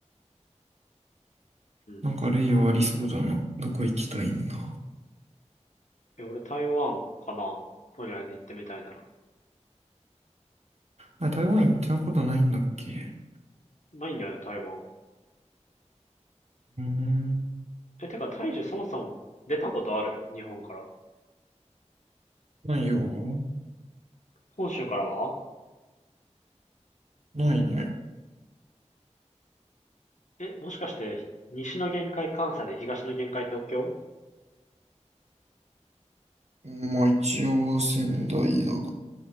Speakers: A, on the left; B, on the right.
A: うん。
B: なんか類はありそうだな。どこ行きたいんだ。
A: え、俺台湾かなとりあえず行ってみたいなら。
B: あ、台湾行ったことないんだっけ
A: ないんだよね、台湾。
B: うーん。
A: え、てか、大樹そもそも出たことある日本から。
B: ないよ。
A: 本州からは
B: ないね。
A: え、もしかして、西の限界関西で東の限界東京
B: まあ一応仙台だが。